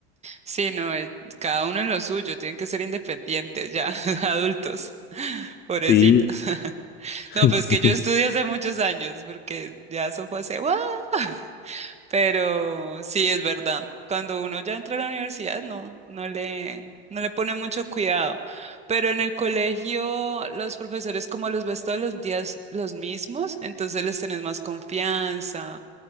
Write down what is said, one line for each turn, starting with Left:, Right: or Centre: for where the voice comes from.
Right: Sí, no, eh, cada uno en lo suyo, tienen que ser independientes ya, <laughs> adultos, <laughs> pobrecitos.
Left: Sí,
Right: <laughs>
Left: <laughs>
Right: No, pues
Left: sí.
Right: que yo estudié hace muchos años, porque ya eso fue hace, ¡guau! <laughs> Pero sí, es verdad. Cuando uno ya entra a la universidad, no, no le, no le pone mucho cuidado. Pero en el colegio, los profesores como los ves todos los días los mismos, entonces les tenés más confianza